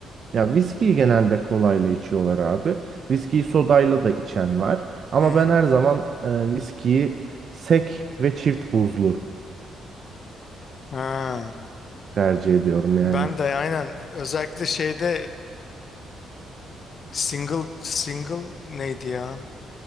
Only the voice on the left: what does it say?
Hı hı.
Ha,
ben de aynen özellikle şeyde e, single single neydi ya?